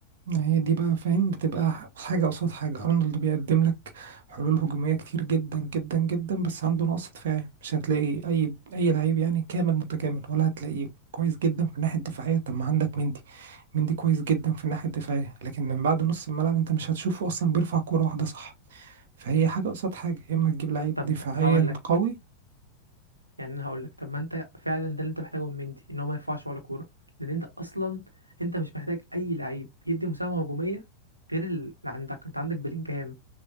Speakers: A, on the right; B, on the right.
A: هي دي بقى فاهم بتبقى ح- حاجة قصاد حاجة أرنولد بيقدم لك حلول هجومية كتير جدا جدا جدا بس عنده نقص دفاعي مش هتلاقي أي أي لعيب يعني كامل متكامل ولا هتلاقيه كويس جدا في الناحية الدفاعية طب ما عندك مندي مندي كويس جدا في الناحية الدفاعية لكن من بعد نص الملعب أنت مش هتشوفه أصلا بيرفع كورة واحدة صح فهي حاجة قصاد حاجة يا إما تجيب لعيب
B: طب
A: دفاعيا
B: هقول لك
A: قوي
B: يعني انا هقول لك طب ما انت فعلا ده اللي انت محتاجه من مندي ان هو ما يرفعش ولا كوره لان انت اصلا انت مش محتاج اي لعيب يدي مساهمه هجوميه غير اللي عندك انت عندك بلينجهام